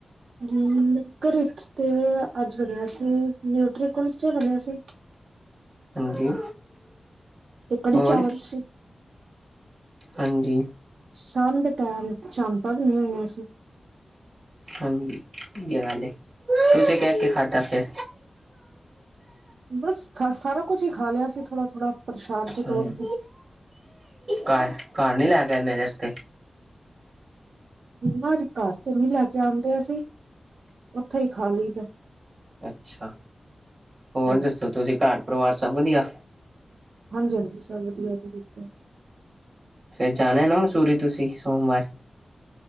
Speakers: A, on the right (about 80°); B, on the right (about 45°).
A: ਹੂੰ, ਮੇ ਘਰੇ 'ਚ ਤੇ ਅੱਜ ਬਣਿਆ ਸੀ ਨਿਊਟਰੀ ਕੁਲਚਾ ਬਣਿਆ ਸੀ।
B: ਹਾਂਜੀ।
A: ਤੇ ਕੜੀ
B: ਹੋਰ
A: ਚਾਵਲ ਸੀ।
B: ਹਾਂਜੀ।
A: ਸ਼ਾਮ ਦੇ ਟਾਈਮ ਸ਼ਾਮ ਭਗ ਨਈ ਹੋਈਆਂ ਸੀਂ।
B: ਹਾਂ ਮੂਲੀਆਂ ਵਾਲੇ ਤੁਸੀਂ ਕਹਿ ਕੇ ਖਾਧਾ ਫਿਰ?
A: ਬਸ ਕ ਸਾਰਾ ਕੁਛ ਹੀ ਖਾ ਲਿਆ ਸੀ ਥੋੜਾ ਥੋੜਾ ਪ੍ਰਸ਼ਾਦ ਦੇ
B: ਹੂੰ,
A: ਤੌਰ ਤੇ।
B: ਘਰ ਘਰ ਨਹੀਂ ਲੈ ਕੇ ਆਏ ਮੇਰੇ ਅਸਤੇ
A: ਨਾ ਜੀ, ਘਰ ਤੇ ਨੀ ਲੈ ਕੇ ਆਦੇ ਆਸੀਂ ਉਥੇ ਈ ਖਾ ਲਈਦਾ।
B: ਅੱਛਾ, ਹੋਰ
A: ਹਾਂਜੀ।
B: ਦੱਸੋ ਤੁਸੀਂ ਘਰ ਪਰਿਵਾਰ ਸਭ ਵਧੀਆ।
A: ਹਾਂਜੀ -ਹਾਂਜੀ ਸਬ ਵਧੀਆ ਜੀ ਵਧੀਆ।
B: ਫੇਰ ਜਾਣਾ ਨਾ ਮਸੂਰੀ ਤੁਸੀਂ ਸੋਮਵਾਰ?